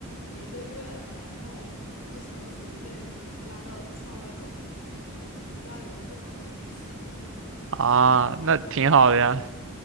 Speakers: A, on the left; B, on the right.
A: 一个月，然后我就强行被拉到校外走读了，就是我家里人不想让我住校。
B: 啊，那挺好的呀，